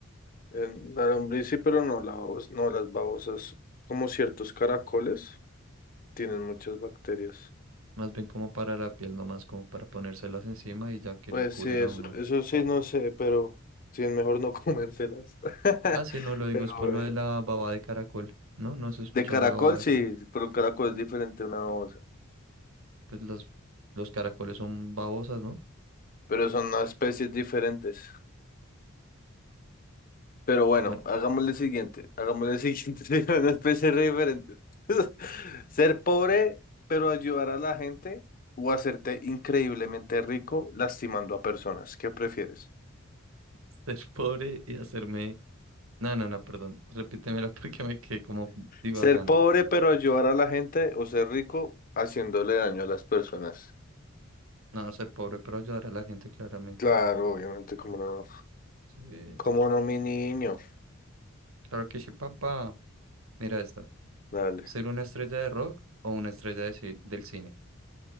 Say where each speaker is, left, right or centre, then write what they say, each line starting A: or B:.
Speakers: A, on the left; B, on the right.
A: En la lombriz sí, pero no, la babosa, no, las babosas, como ciertos caracoles, tienen muchas bacterias.
B: Más bien como para la piel, no más como para ponérselas encima y ya que
A: Pues
B: le curen
A: sí, eso,
B: a uno.
A: eso sí, no sé, pero sí es mejor no comérselas. <laughs>
B: Ah, sí, no lo digo,
A: Pero
B: es por
A: bueno.
B: lo de la baba de caracol. No, no has escuchado
A: De caracol,
B: la baba de
A: sí,
B: caracol.
A: pero el caracol es diferente a una babosa.
B: Pues las, los caracoles son babosas, ¿no?
A: Pero son unas especies diferentes. Pero bueno,
B: Bueno,
A: hagámosle siguiente. Hagámosle siguiente. <laughs> sí, son Una especie re diferente. <laughs> Ser pobre, pero ayudar a la gente o hacerte increíblemente rico lastimando a personas. ¿Qué prefieres?
B: <laughs> ser pobre y hacerme. No, no, no, perdón. Repítemela <laughs> porque me quedé como divagando.
A: Ser pobre, pero ayudar a la gente o ser rico haciéndole daño a las personas.
B: No, ser pobre, pero ayudar a la gente claramente.
A: Claro, obviamente, como no.
B: Sí.
A: Como no, mi niño.
B: Claro que sí, papá. Mira esta.
A: Dale.
B: ¿Ser una estrella de rock o una estrella de ci- del cine?